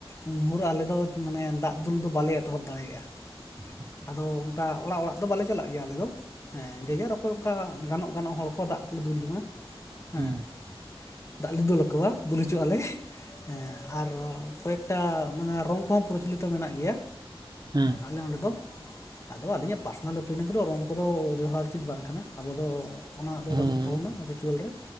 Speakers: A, on the left; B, on the right.
A: ᱩᱱ ᱵᱷᱩᱨ ᱟᱞᱮ ᱫᱚ ᱢᱟᱱᱮ ᱫᱟᱜ ᱫᱩᱞ ᱫᱚ ᱵᱟᱞᱮ ᱮᱛᱚᱦᱚᱵ ᱫᱟᱲᱮᱭᱟᱜᱼᱟ ᱾
B: <inaudible>
A: ᱟᱫᱚ ᱚᱱᱠᱟ ᱚᱲᱟᱜ ᱚᱲᱟᱜ ᱫᱚ ᱵᱟᱞᱮ ᱪᱟᱞᱟᱜ ᱜᱮᱭᱟ ᱟᱞᱮ ᱫᱚ ᱦᱮᱸ ᱡᱮ ᱡᱷᱟᱨ ᱚᱠᱚᱭ ᱚᱠᱟ ᱜᱟᱱᱚᱜ ᱜᱟᱱᱚᱜ ᱦᱚᱲ ᱠᱚ ᱫᱟᱜ ᱠᱚ ᱫᱩᱞ ᱡᱚᱝᱼᱟ ᱦᱮᱸ,
B: ᱦᱩᱸ
A: ᱫᱟᱜ ᱞᱮ ᱫᱩᱞ ᱟᱠᱚᱣᱟ, ᱫᱩᱞ ᱦᱚᱪᱚᱜ ᱟᱞᱮ ᱦᱮᱸ ᱟᱨ ᱠᱚᱭᱮᱠᱴᱟ ᱢᱟᱱᱮ ᱨᱚᱝ ᱠᱚᱦᱚᱸ ᱯᱨᱚᱪᱚᱞᱤᱛᱚ ᱢᱮᱱᱟᱜ ᱜᱮᱭᱟ,
B: ᱦᱩᱸ ᱦᱮᱸ
A: ᱟᱞᱮ ᱚᱸᱰᱮ ᱫᱚ ᱟᱫᱚ ᱟᱹᱞᱤᱧᱟᱜ ᱯᱟᱨᱥᱚᱱᱟᱞ ᱚᱯᱤᱱᱤᱭᱥ ᱫᱚ ᱨᱚᱝ ᱠᱚᱫᱚ ᱵᱮᱣᱦᱟᱨ ᱩᱪᱤᱫ ᱵᱟᱝ ᱠᱟᱱᱟ ᱟᱵᱚ ᱫᱚ ᱚᱱᱟ ᱫᱚ
B: ᱦᱮᱸ
A: ᱵᱟᱹᱱᱩᱜ ᱛᱟᱵᱚᱱᱟ ᱨᱤᱪᱩᱣᱟᱹᱞ ᱨᱮ